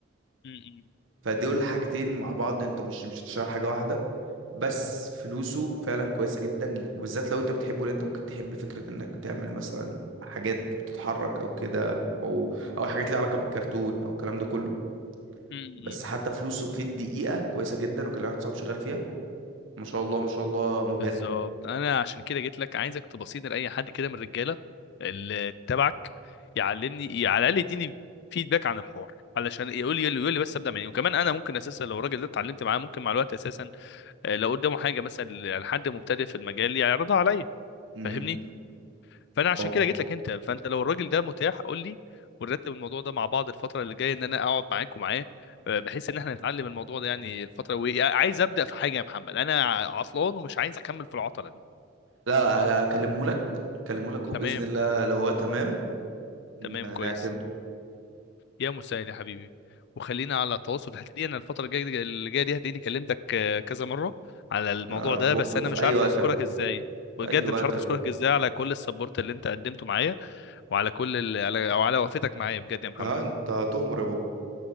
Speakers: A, on the left (about 60°); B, on the right (about 75°).
A: أمم.
B: فدول الحاجتين مع بعض انت مش مش هتشتغل حاجه واحده بس فلوسه فعلا كويسه جدا وبالذات لو انت بتحبه لان انت ممكن تحب فكره انك تعمل مثلا حاجات بتتحرك او كده او او حاجات ليها علاقه بالكرتون او الكلام ده كله
A: أمم.
B: بس حتى فلوسه في الدقيقة كويسة جدا وكان ليا واحد صاحبي شغال فيها ما شاء الله ما شاء الله مبهرة
A: بالظبط انا عشان كده جيت لك عايزك تبصيني لاي حد كده من الرجاله اللي تبعك يعلمني على الاقل يديني فيدباك عن الحوار علشان يقول لي يقول لي بس ابدا منين وكمان انا ممكن اساسا لو الراجل ده اتعلمت معاه ممكن مع الوقت اساسا آه، لو قدامه حاجه مثلا لحد مبتدئ في المجال يعرضها عليا
B: مم.
A: فاهمني فانا عشان
B: لو
A: كده جيت لك انت فانت لو الراجل ده متاح قول لي ونرتب الموضوع ده مع بعض الفتره اللي جايه ان انا اقعد معاك ومعاه آه، بحيث ان احنا نتعلم الموضوع ده يعني الفتره وعايز ابدا في حاجه يا محمد انا عطلان ومش عايز اكمل في العطله دي
B: لا لا، اكلمه لك اكلمه لك وبإذن
A: تمام
B: الله لو هو تمام
A: تمام
B: ن-
A: كويس
B: نعتمده
A: يا مساعد يا حبيبي وخلينا على تواصل هتلاقي انا الفتره الجايه اللي جايه دي هتلاقيني كلمتك آه، كذا مره على الموضوع
B: يا
A: ده
B: بوب
A: بس انا
B: في
A: مش
B: أي
A: عارف
B: وقت
A: اذكرك
B: يا بوب
A: ازاي بجد
B: في أي وقت
A: مش عارف
B: يا
A: اذكرك
B: بوب
A: ازاي على كل السبورت اللي انت قدمته معايا وعلى كل ال... على او على وقفتك معايا بجد يا محمد
B: اه انت تؤمر يا بوب